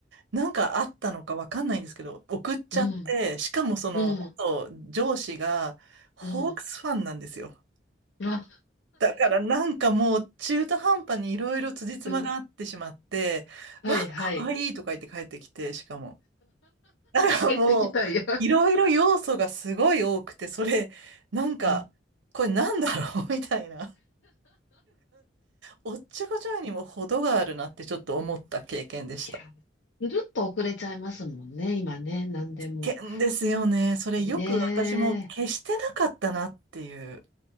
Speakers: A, on the right; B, on the left.
A: なんかあったのかわかんないんですけど、送っちゃって、
B: うん
A: しかもその、
B: うんう
A: 元上司がホークスファンなんですよ。
B: んあ
A: だからなんかもう中途半端にいろいろ辻褄が合ってしまって、
B: うんはいはい。
A: わあ、かわいいとか言って帰ってきて、しかも。だからもう、
B: 帰ってきたいや。
A: いろいろ要素がすごい多くて、それ、なんか、
B: うん。
A: これなんだろう <laughs> みたいな。おっちょこちょいにも程があるなってちょっと思った経験でした。
B: いや、ぐるっと遅れちゃいますもんね、今ね、何でも。
A: 危険ですよね。それよく私も消してなかったなっていう
B: ねえ。